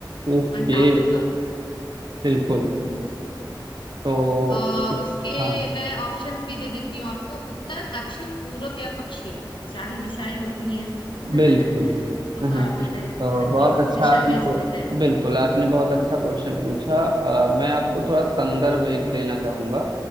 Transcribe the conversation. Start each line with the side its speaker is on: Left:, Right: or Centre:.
Right: ओके
Left: अंटार्कटिका
Right: बिल्कुल तो
Left: आ,
Right: इस-
Left: उसके
Right: हाँ
Left: मैं ऑप्शंस भी दे देती हूँ आपको उत्तर दक्षिण पूर्व या पश्चिम सारी दिशाएं होती हैं <laughs>
Right: बिल्कुल
Left: तो
Right: हम्म
Left: वो
Right: हम्म।
Left: आप बताइए
Right: तो
Left: अ,
Right: बहुत
Left: किस
Right: अच्छा
Left: दिशा
Right: आपने
Left: में
Right: को
Left: स्थित है
Right: बिल्कुल आपने बहुत अच्छा क्वेश्चन पूछा अ, मैं आपको थोड़ा संदर्भ एक देना चाहूंगा